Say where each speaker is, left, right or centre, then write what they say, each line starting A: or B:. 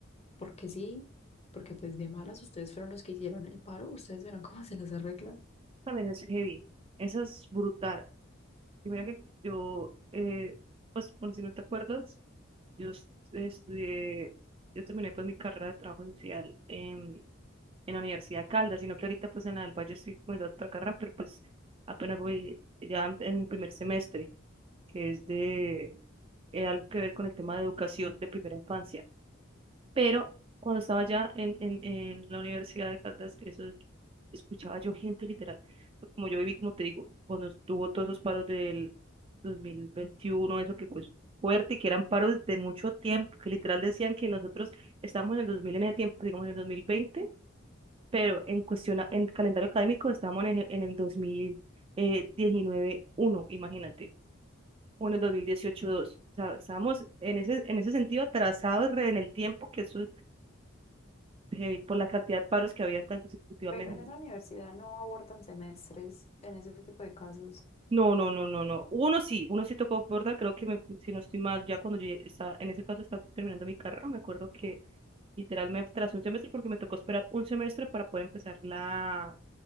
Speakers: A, on the left; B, on the right.
A: porque sí, porque pues de malas ustedes fueron los que hicieron el paro, ustedes verán <laughs> cómo se les arregla.
B: También es heavy. Esa es brutal. Y mira que yo, eh, pues por si no te acuerdas, yo es- estudié, yo terminé pues mi carrera de trabajo social en, en la Universidad de Caldas, sino que ahorita pues en la del Valle estoy comenzando otra carrera, pero pues apenas voy ya en en mi primer semestre, que es de eh, algo que ver con el tema de educación de primera infancia. Pero cuando estaba allá en, en, en la Universidad de Caldas, eso escuchaba yo gente literal. Pues como yo viví, como te digo, cuando estuvo todos esos paros del 2021 eso que fue fuerte y que eran paros de mucho tiempo, que literal decían que nosotros estábamos en el 2000 en ese tiempo, digamos en el 2020 pero en cuestión, a- en calendario académico estábamos en, el- en el dos mil diecinueve uno imagínate, o en el 2018-2. O sea, estábamos en ese, en ese sentido atrasados re en el tiempo, que eso heavy por la cantidad de paros que habían tan consecutivamente.
A: Pero en esa universidad no abortan semestres en ese tipo de casos.
B: No, no, no, no, no. Uno sí, uno sí tocó borda, creo que me- si no estoy mal, ya cuando yo ya estaba, en ese caso estaba terminando mi carrera, me acuerdo que literal me tras un semestre porque me tocó esperar un semestre para poder empezar la,